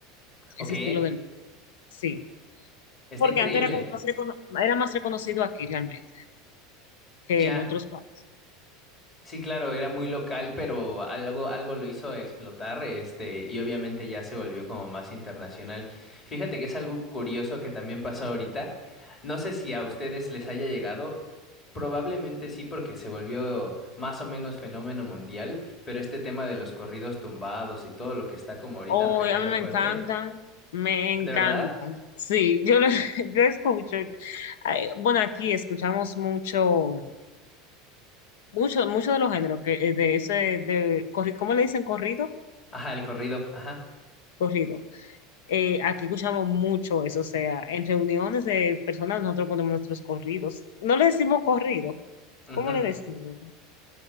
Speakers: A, on the left; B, on the left.
A: Ok,
B: ese estilo de música, sí,
A: está
B: porque
A: increíble.
B: antes era como más recono- era más reconocido aquí realmente que
A: Ya.
B: en otros países.
A: Sí, claro, era muy local, pero algo, algo lo hizo explotar, este, y obviamente ya se volvió como más internacional. Fíjate que es algo curioso que también pasó ahorita. No sé si a ustedes les haya llegado. Probablemente sí, porque se volvió más o menos fenómeno mundial, pero este tema de los corridos tumbados y todo lo que está como ahorita
B: Oh,
A: pegando
B: a mí me
A: fuerte.
B: encantan, me encantan.
A: ¿De verdad?
B: Sí, yo lo, <laughs> yo escucho. Ay, bueno, aquí escuchamos mucho, mucho, mucho de los géneros que eh, de ese, de corri- ¿cómo le dicen corrido?
A: Ajá, el corrido, ajá.
B: Corrido. Eh, aquí escuchamos mucho eso, o sea, en reuniones de personas nosotros ponemos nuestros corridos. No le decimos corrido,
A: Ujú.
B: ¿cómo le decimos?